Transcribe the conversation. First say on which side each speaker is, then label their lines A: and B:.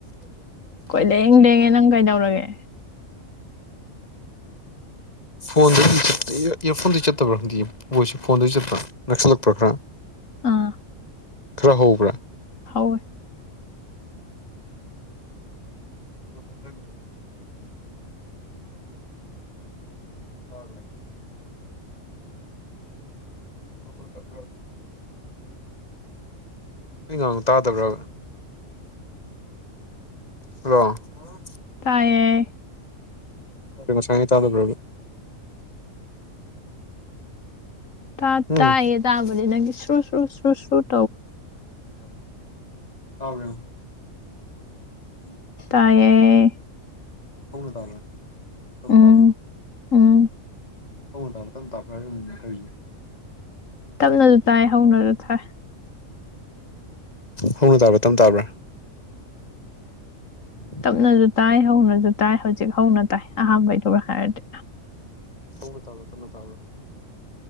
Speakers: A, on the left; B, on the left.
A: <inaudible>
B: ꯀꯣꯏ ꯂꯦꯡ ꯂꯦꯡꯉꯦ ꯅꯪ ꯀꯩꯗꯧꯔꯒꯦ꯫ <unintelligible> <unintelligible>
A: ꯐꯣꯟꯗꯒꯤ ꯏꯌꯥꯔ ꯐꯣꯟꯗꯒꯤ ꯆꯠꯇꯕ꯭ꯔꯥ ꯍꯥꯏꯗꯤ ꯃꯣꯏꯁꯨ ꯐꯣꯟꯗꯗꯒꯤ ꯆꯠꯄ꯭ꯔꯥ ꯅꯛꯁꯤꯜꯂꯛꯄ꯭ꯔꯥ ꯈꯔ꯫
B: ꯑꯥ꯫
A: ꯈꯔꯥ ꯍꯧꯕ꯭ꯔꯥ꯫
B: ꯍꯧꯏ꯫
A: <unintelligible> ꯇꯞꯊꯒꯤꯕꯅꯤ꯫ ꯇꯕ꯭ꯔꯥ꯫ ꯃꯈꯣꯜ ꯇꯞꯄ꯭ꯔꯣ꯫ ꯑꯩ ꯉꯥꯡꯕ ꯇꯥꯗꯕ꯭ꯔꯥꯕ꯫ ꯍꯂꯣ꯫ ꯑꯥ꯫
B: ꯇꯥꯏꯌꯦ꯫
A: ꯉꯁꯥꯉꯩ ꯇꯥꯗꯕꯔ ꯕ꯫
B: ꯇ
A: ꯎꯝ
B: ꯇꯥꯏꯌꯦ ꯇꯕꯗꯤ ꯁ꯭ꯔꯨ ꯁꯨ ꯁ꯭ꯔꯨ ꯁꯨꯠ꯫
A: ꯇ꯭ꯔꯕ ꯌꯦꯡꯎ꯫ ꯎꯝ꯫
B: ꯇꯥꯢꯌꯦ꯫
A: ꯍꯧꯅ ꯇꯕ꯭ꯔ ꯇꯞꯅ
B: ꯎꯝ
A: ꯇꯕ꯭ꯔ ꯫
B: ꯎꯝ꯫
A: ꯇꯨ ꯇꯥꯔ ꯇꯝ ꯇꯥꯈ꯭ꯔꯝ ꯀꯔꯤ <unintelligible>
B: ꯇꯞꯅꯁꯨ ꯇꯥꯏ ꯍꯧꯅꯁꯨ ꯊꯥꯏ꯫
A: ꯍꯧꯅ ꯇꯥꯕ꯭ꯔꯥ ꯇꯞꯅ ꯇꯥꯕ꯭ꯔꯥ꯫ <unintelligible>
B: ꯇꯞꯅꯁꯨ ꯇꯥꯏ ꯍꯧꯅꯁꯨ ꯇꯥꯏ ꯍꯧꯖꯤꯛ ꯍꯧꯅ ꯇꯥꯏ ꯑꯍꯥꯟꯕꯩꯗꯨꯒ ꯍꯥꯏꯔꯗꯤ꯫
A: ꯍꯧꯅ ꯇꯕ꯭ꯔ ꯇꯞꯅ ꯇꯕ꯭ꯔ꯫